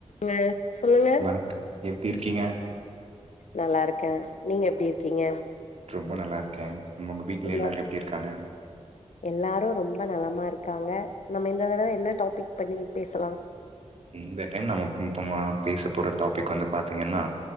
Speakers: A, on the left; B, on the right.
A: ங்க சொல்லுங்க
B: வணக்கம் எப்டிருக்கீங்க
A: நல்லாருக்கே நீங்க எப்டி இருக்கீங்க
B: ரொம்ப நல்லாருக்கே உங்க வீட்ல
A: இல்ல
B: எல்லாரு எப்டி இருக்காங்க
A: எல்லாரு ரொம்ப நலமா இருக்காங்க நம்ம இந்த தடவ என்ன டாபிக் பண்ணி பேசலா
B: இந்த டைம் நம்ம பேச போற டாபிக் வந்து பாத்தீங்கன்னா